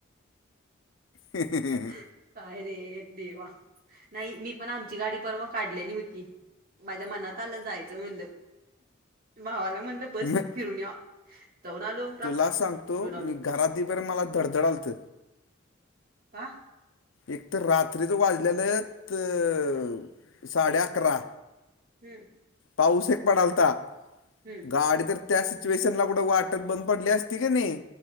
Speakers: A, on the left; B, on the right.
A: हहह
B: काय रे देवा! नाही, मी पण आमची गाडी परवा काढल्याली होती. माझ्या मनात आलं, जायचं म्हणलं, भावाला म्हणलं बस,
A: म
B: फिरून याव. जाऊन आलो.
A: तुला सांगतो,, मी
B: आलो
A: घरात ईवपतर मला धडधडालत.
B: आंऽ
A: एक तर रात्रीचं वाजलेलंत,,, अंऽसाडे अकरा.
B: हम्म,
A: पाऊस एक पडलता,,
B: हम्म
A: गाडी तरऽ त्या सिच्युएशन ला कुठं वाटत बंद पडली असती का नई,,